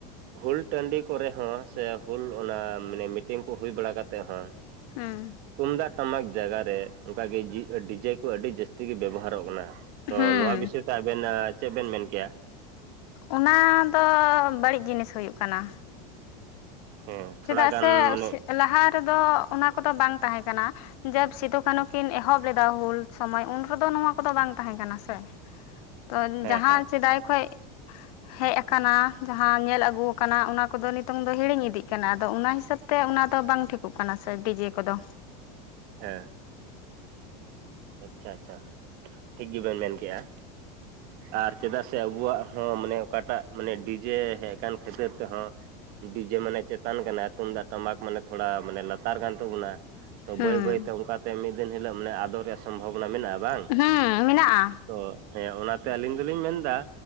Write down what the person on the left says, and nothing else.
ᱦᱩᱸ
ᱦᱮᱸ
ᱚᱱᱟ ᱫᱚ ᱵᱟᱹᱲᱤᱡ ᱡᱤᱱᱤᱥ ᱦᱩᱭᱩᱜ ᱠᱟᱱᱟ
ᱪᱮᱫᱟᱜ
ᱥᱮ
ᱥᱮ ᱞᱟᱦᱟ ᱨᱮᱫᱚ ᱚᱱᱟ ᱠᱚᱫᱚ ᱵᱟᱝ ᱛᱟᱦᱮᱸ ᱠᱟᱱᱟ ᱡᱟᱵ ᱥᱤᱫᱩᱠᱟᱱᱩ ᱠᱤᱱ ᱮᱦᱚᱵ ᱞᱮᱫᱟ ᱦᱩᱞ ᱥᱚᱢᱚᱭ ᱩᱱ ᱦᱚᱵᱚ ᱱᱚᱣᱟ ᱠᱚᱫᱚ ᱵᱟᱝ ᱛᱟᱦᱮᱸ ᱠᱟᱱᱟ ᱥᱮ
ᱛᱚ ᱡᱟᱦᱟᱸ
ᱥᱮᱫᱟᱭ ᱠᱷᱚᱡ ᱦᱮᱡ ᱟᱠᱟᱱᱟ ᱡᱟᱦᱟᱸ ᱧᱮᱞ ᱟ. ᱜᱩ ᱟᱠᱟᱱᱟ ᱚᱱᱟ ᱠᱚᱫᱚ ᱱᱤᱛᱚᱝ ᱫᱚ ᱦᱤᱲᱤᱧ ᱤᱫᱤᱜ ᱠᱟᱱᱟ ᱟᱫᱚ ᱚᱱᱟ ᱦᱤᱥᱟᱹᱵ ᱛᱮ ᱚᱱᱟ ᱫᱚ ᱵᱟᱝ ᱴᱷᱤᱠᱚᱜ ᱠᱟᱱᱟ ᱥᱮ ᱰᱤᱡᱮ ᱠᱚᱫᱚ
ᱦᱮᱸ
ᱦᱮᱸ ᱢᱮᱱᱟᱜᱼᱟ